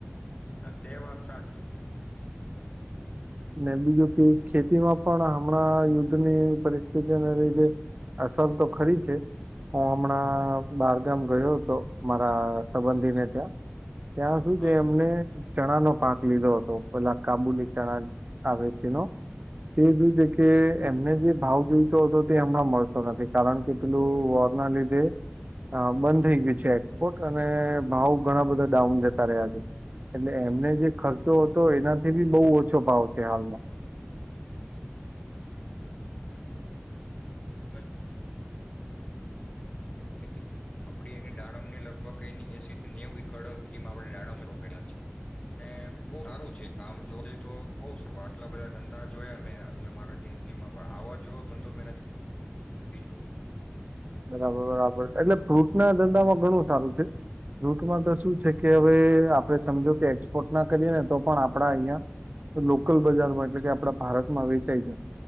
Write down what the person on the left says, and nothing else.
હા તે વાત સાચી.
હા
<inaudible> ખેતી આપની એને દાડમને લગભગ એ એસીથી નેવું એકડેમાં આપણે ડાડમ રોપેલા છે. ને બહું સારું છે કામ જો તો બઉુ સવા આટલા બધા ધંધા જોયા મેં આટલે મારા જિંદગીમાં પણ આવા જેવો ધંધો મેં નથી જોએ